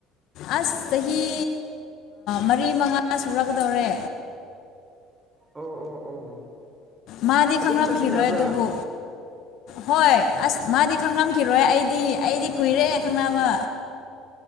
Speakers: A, on the left; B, on the right.
A: ꯑꯁ ꯆꯍꯤ ꯃꯔꯤ ꯃꯉꯥ ꯁꯨꯔꯛꯀꯗꯧꯔꯦ
B: ꯑꯣ ꯑꯣ ꯑꯣ
A: ꯃꯥꯗꯤ
B: ꯑꯗꯨꯝ
A: ꯈꯪꯂꯝꯈꯤꯔꯣꯏ
B: ꯆꯠꯃꯤꯟꯅꯕ꯭ꯔꯥ
A: ꯑꯗꯨꯕꯨ ꯍꯣꯏ ꯑꯁ ꯃꯥꯗꯤ ꯈꯪꯂꯝꯈꯤ ꯑꯩꯗꯤ ꯑꯩꯗꯤ ꯀꯨꯏꯔꯦ ꯈꯪꯅꯕ